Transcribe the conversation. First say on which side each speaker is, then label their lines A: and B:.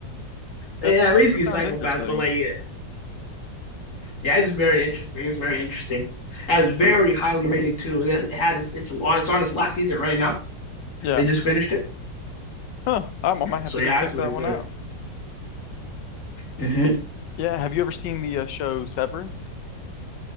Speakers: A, on the left (about 75°); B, on the left (about 45°).
A: That
B: Yeah,
A: sounds,
B: basically
A: that
B: a
A: sounds
B: psychopath,
A: interesting.
B: but like yeah, yeah, it's very interesting. It's very interesting. And it's very highly rated too. And It had it's, it's on it's on its last season right now.
A: Yeah.
B: They just finished it.
A: Huh. Um, I might have
B: So
A: to
B: yeah,
A: go check
B: it's very
A: that one
B: good.
A: out.
B: hmm
A: Yeah. Have you ever seen the uh, show Severance?